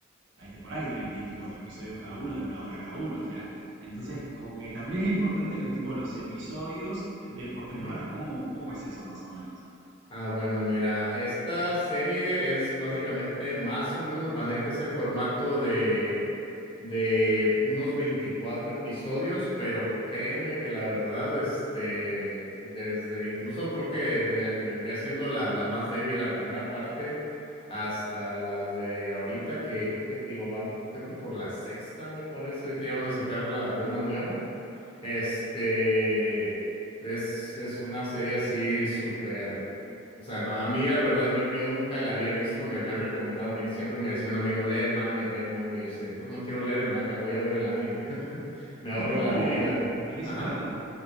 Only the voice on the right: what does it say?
hay temporadas que tienen 24 episodios cada uno, de una hora cada uno. O sea, entonces como que también es importante los tipos, de los episodios de, por temporada.
¿Cómo, ¿Cómo es eso más o menos?
¿Y cómo,
de qué
se trata?